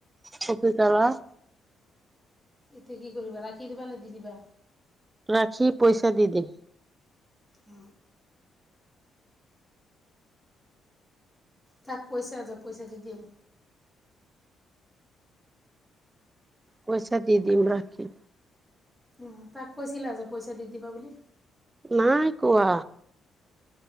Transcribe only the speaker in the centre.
এতিয়া কি কৰিবা ৰাখি দিবা নে দি দিবা!
অ তাক কৈছা যে পইচা দি দিম।
উ তাক কৈছিলা যে পইচা দি দিবা বুলি।